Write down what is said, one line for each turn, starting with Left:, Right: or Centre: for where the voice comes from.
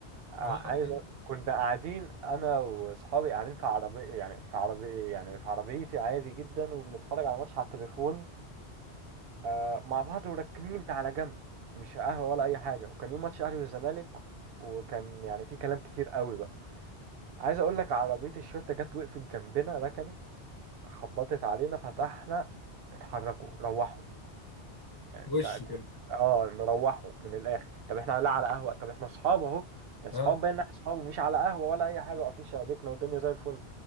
Right: اه، عايز
Left: اه
Right: أ- كنا قاعدين انا واصحابي قاعدين في عربية يعني في عربية يعني في عربيتي عادي جدا وبنتفرج على ماتش على التليفون اه، مع بعض وراكنين على جنب مش قهوة ولا اي حاجة وكان يوم ماتش الاهلي والزمالك وكان يعني في كلام كتير قوي بقى عايز اقول لك عربية الشرطة جت وقفت جنبنا ركنت خبطت علينا فتحنا اتحركوا روحوا يعني
Left: وش
Right: انت انت
Left: كده
Right: اه نروحوا من الاخر طب احنا لا على قهوه طب احنا اصحاب اهو يعني اصحاب
Left: اه
Right: بين احنا اصحاب ومش على قهوه ولا اي حاجه واقفين شبابيكنا والدنيا زي الفل